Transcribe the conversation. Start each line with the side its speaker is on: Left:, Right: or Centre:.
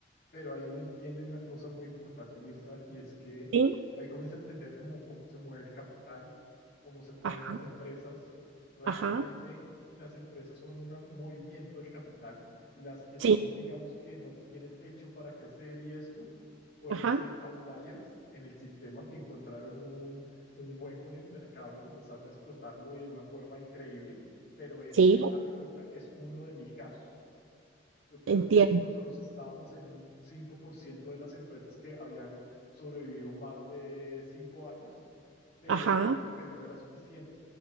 Left: Pero ahí uno entiende una cosa muy importante, Mirza, y es que
Right: Sí,
Left: ahí comienza a entender cómo, cómo se mueve el capital, cómo se mueven
Right: ajá,
Left: las empresas. Realmente
Right: ajá,
Left: las empresas son una- un movimiento del capital. Las que son,
Right: sí,
Left: digamos, que no tiene techo para crecer y esto, pueden
Right: ajá,
Left: ser outliers en el sistema que encontraron un, un hueco en el mercado y comenzaron a explotarlo de una forma increíble. Pero este,
Right: sí,
Left: haz de cuenta, es uno de mil casos. Yo creo
Right: entiendo,
Left: que nosotros estábamos en un 5% de las empresas que habían sobrevivido más de 5 años, pero,
Right: ajá,
Left: pero no era suficiente.